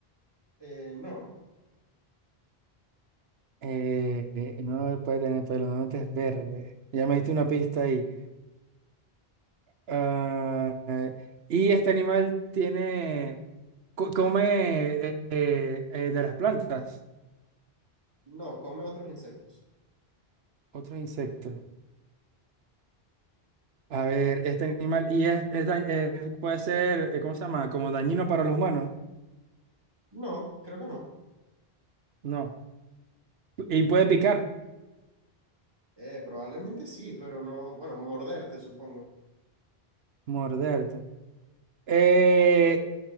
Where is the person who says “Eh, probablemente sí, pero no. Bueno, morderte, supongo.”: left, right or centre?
Right